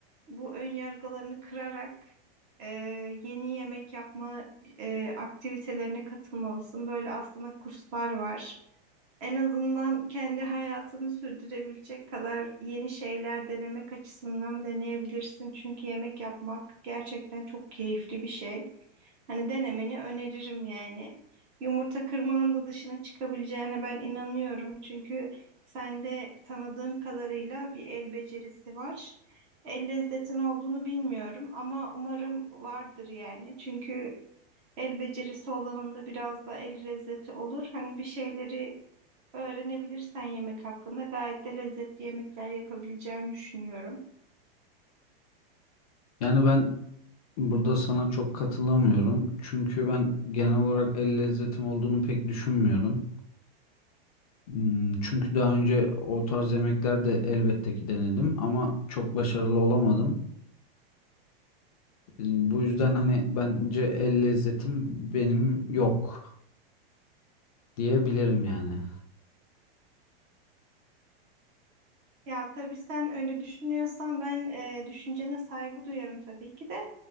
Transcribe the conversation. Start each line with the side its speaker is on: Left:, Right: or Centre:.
Right: bu ön yargılarını kırarak e, yeni yemek yapma e, aktivitelerine katılmalısın. Böyle aslında kurslar var. En azından kendi hayatını sürdürebilecek kadar yeni şeyler denemek açısından deneyebilirsin. Çünkü yemek yapmak gerçekten çok keyifli bir şey. Hani denemeni öneririm yani. Yumurta kırmanın da dışına çıkabileceğine ben inanıyorum. Çünkü sende tanıdığım kadarıyla bir el becerisi var. El lezzetin olduğunu bilmiyorum ama umarım vardır yani. Çünkü el becerisi olanın da biraz da el lezzeti olur. Hani bir şeyleri Öğrenebilirsen yemek hakkında gayet de lezzetli yemekler yapabileceğini düşünüyorum.
Left: Yani ben burada sana çok katılamıyorum. Çünkü ben genel olarak el lezzetim olduğunu pek düşünmüyorum. Hmm, Çünkü daha önce o tarz yemekler de elbette ki denedim ama çok başarılı olamadım. E, Bu yüzden hani bence el lezzetim benim yok diyebilirim yani.
Right: Ya tabii sen öyle düşünüyorsan ben e, düşüncene saygı duyarım tabii ki de.